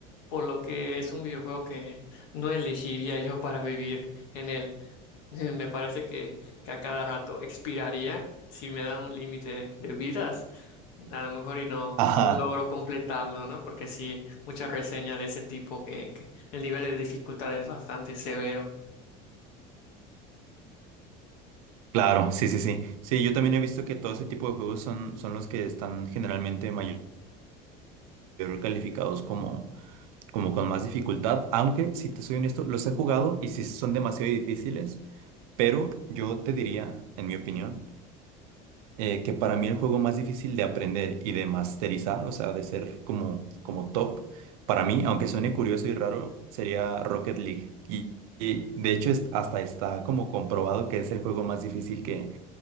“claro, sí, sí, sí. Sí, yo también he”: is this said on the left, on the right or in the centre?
Right